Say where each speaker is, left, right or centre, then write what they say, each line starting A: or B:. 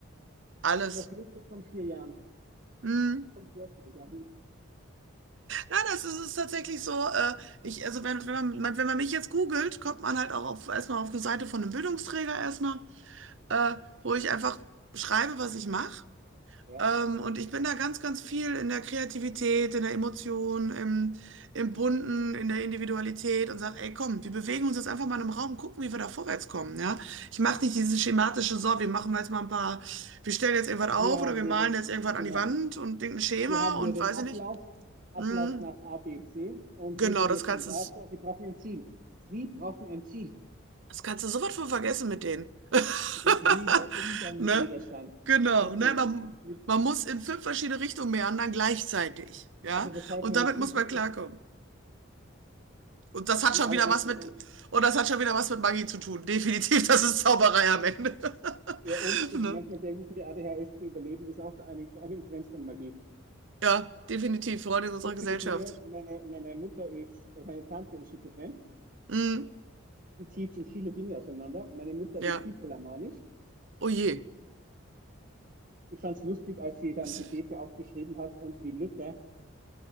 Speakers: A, on the right (about 65°); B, on the right (about 40°).
A: Alles.
B: noch Liste von vier Jahren.
A: Mhm.
B: Von vor vier Jahren.
A: Ja, das ist, ist tatsächlich so. Äh, ich, also wenn, wenn man, man- wenn man mich jetzt googelt, kommt man halt auch auf, erstmal auf eine Seite von einem Bildungsträger erstmal, äh, wo ich einfach schreibe, was ich mache.
B: Ja.
A: Ähm, und ich bin da ganz, ganz viel in der Kreativität, in der Emotion, im, im Bunten, in der Individualität und sage, ey, komm, wir bewegen uns jetzt einfach mal in einem Raum und gucken, wie wir da vorwärts kommen. Ja? Ich mache nicht dieses schematische, so, wir machen jetzt mal ein paar, wir stellen jetzt irgendwas
B: Hier
A: auf
B: haben
A: oder wir
B: wir
A: malen
B: das,
A: jetzt irgendwas
B: genau.
A: an die Wand und denken ein Schema
B: Hier haben
A: und
B: wir den
A: weiß
B: Ablauf,
A: ich nicht.
B: Ablauf
A: Mm.
B: nach A, B, C und
A: Genau,
B: wir sind
A: das
B: jetzt
A: kannst
B: schon da.
A: du,
B: So, Sie brauchen ein Ziel. Sie brauchen ein Ziel.
A: das kannst du sofort von vergessen mit denen. <laughs>
B: Ich liebe Umgang
A: Ne?
B: mit Widerstand.
A: Genau,
B: Deswegen,
A: ne? Man,
B: mit,
A: man muss in fünf verschiedene Richtungen meandern gleichzeitig, ja?
B: also das heißt,
A: Und
B: wenn
A: damit
B: ich es
A: muss
B: richtig
A: man klarkommen. Und das hat
B: in
A: schon
B: alle
A: wieder
B: Richtungen.
A: was mit, und das hat schon wieder was mit Magie zu tun. Definitiv, das ist Zauberei am Ende. <laughs>
B: Ja, und du,
A: Ne?
B: manchmal denke ich mir, A D H S zu überleben ist auch eine, eine Grenze an Magie.
A: Ja, definitiv, Freunde in unserer
B: So viele
A: Gesellschaft.
B: Dinge. Meine, meine Mutter ist, also meine Tante ist schizophren.
A: Mhm.
B: Die zieht sich viele Dinge auseinander. Meine Mutter
A: Ja,
B: ist bipolarmanisch.
A: oh je.
B: Ich fand es lustig, als sie dann
A: Es,
B: Gebete aufgeschrieben hat und wie Luther,